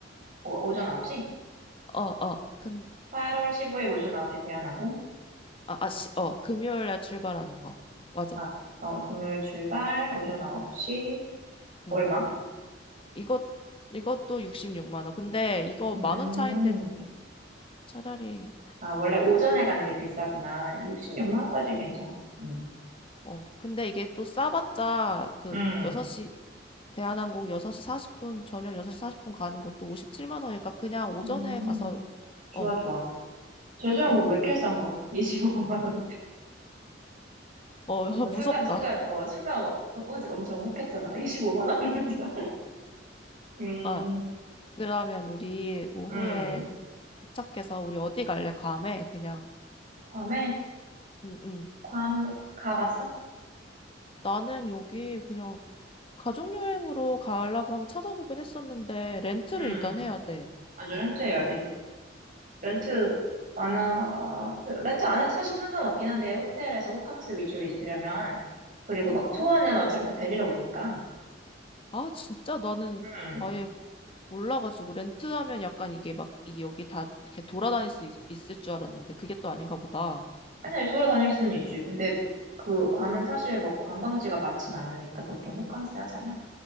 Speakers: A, on the right; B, on the left.
A: 오, 오전 9시?
B: 어, 어. 근
A: 8월 15일 오전 9시 대한항공?
B: 아, 아, 시, 어, 금요일 날 출발하는 거. 맞아.
A: 아, 어, 금요일 출발, 오전 9시, 얼마?
B: 응. 이것 이것도 십육만 원. 근데 이거
A: 음,
B: 만 원 차인데 차라리
A: 아, 원래 오전에 가는 게 비싸구나. 66만 원까지는 괜찮아. 음,
B: 어 근데 이게 또 싸봤자 그
A: 음,
B: 6시 대한항공 6시 40분 저녁 6시 40분 가는 것도 57만 원이니까 그냥 오전에
A: 음,
B: 가서
A: 좋아,
B: 어
A: 좋아. 제주항공
B: 이거
A: 왜 이렇게 싼 거야? <laughs> 25만 원.
B: 어
A: 어,
B: <laughs>
A: 나
B: 무섭다
A: 순간, 순간, 어, 순간, 와- 어, 어제 엄청 혹했잖아. <laughs> 25만 원 이러면서. 음,
B: 아 그러면 우리 오후에
A: 음.
B: 도착해서 우리 어디 갈래 감에 그냥
A: 괌에?
B: 응응
A: 괌 가봤어?
B: 나는 여기 그냥 가족 여행으로 가려고 한번 찾아보긴 했었는데 렌트를
A: 음,
B: 일단 해야 돼.
A: 맞아, 렌트해야
B: 응.
A: 돼. 렌트 안 하, 렌트 안 해도 사실 상관없긴 한데, 호텔에서 호캉스 위주로 있으려면, 그리고 막 투어는
B: 아,
A: 어차피 다 데리러 오니까,
B: 아 진짜 나는
A: 음.
B: 아예 몰라가지고 렌트하면 약간 이게 막 이 여기 다 이렇게 돌아다닐 수 있, 을줄 알았는데 그게 또 아닌가 보다.
A: 아니,
B: 음,
A: 아니, 돌아다닐 수는 있지. 근데 그 괌은 사실 막 관광지가 많진 않으니까 보통 호캉스 하잖아.